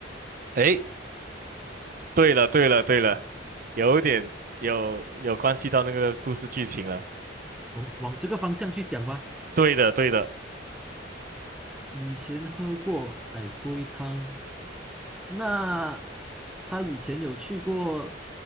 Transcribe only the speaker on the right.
诶，对了，对了，对了，有点有有关系到那个故事剧情了。
对的，对的。